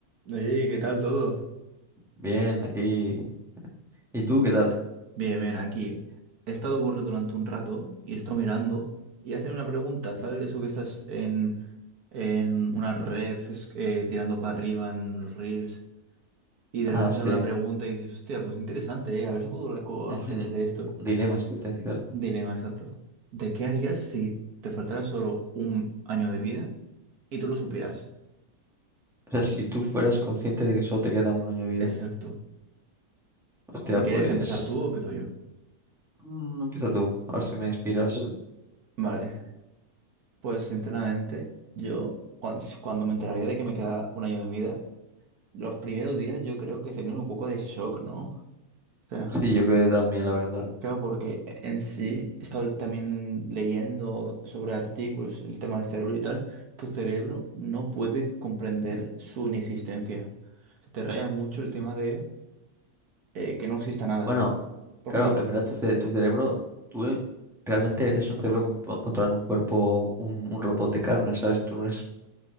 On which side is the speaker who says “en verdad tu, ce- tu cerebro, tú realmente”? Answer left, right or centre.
Centre